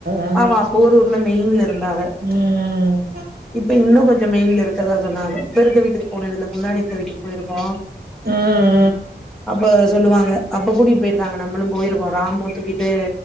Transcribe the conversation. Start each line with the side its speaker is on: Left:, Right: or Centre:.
Right: ஆ
Centre: ஆமா போரூர்ல மெயின்ல இருந்தாக
Right: ம்
Centre: இப்ப இன்னு கொஞ் சொ மெயின்ல இருக்றதா சொன்னாக இப்ப இருக்க வீட்டுக் போனதில்ல முன்னாடி இருந்த வீட்டுக் போயிருக்கோ
Right: ம்
Centre: அப்ப சொல்லுவாங்க அப்ப கூட்டிட்டு போய்ருக்காங்க நம்மளும் போயிருக்கோ ராமு தூக்கிட்டு